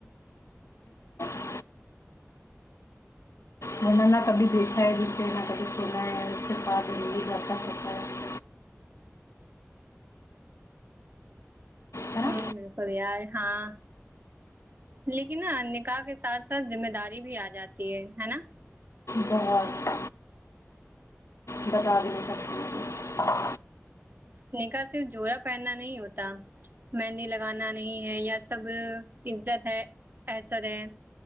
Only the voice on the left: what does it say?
<inaudible> میں نے نہ کبھی دیکھا ہے جسے نہ کبھی سنا ہے اس کے ساتھ یہ لتا سوتا ہے <inaudible> ہے
نا
بہت بتا بھی نہیںے سکتی <inaudible>